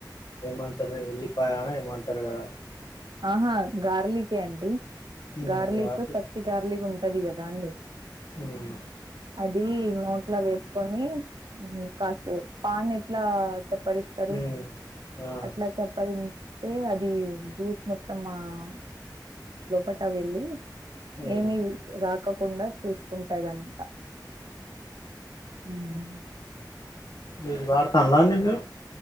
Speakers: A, on the left; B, on the right.
A: ఏమంటారు ఎళ్లిపాయాన ఏమంటారు కదా.
B: ఆహా గార్లికే అండి
A: మ్మ్
B: గార్లిక్
A: వాటి
B: పచ్చి గార్లిక్ ఉంటది కదా. దాండి
A: మ్మ్
B: అది నోట్ల వేస్. కాని కాస్త పాన్ ఎట్లా చెప్. చప్పరిస్తారు
A: మ్మ్ ఆ
B: అట్లా చప్పరించితే అది జ్యూస్. మొత్తం ఆహ్ లోపట వెళ్ళి
A: మ్మ్
B: ఏమి రా. రాకుండా చూసుకుంటదంట ఉమ్.
A: మీరు వాడుతుండ్రా అండి మీరు.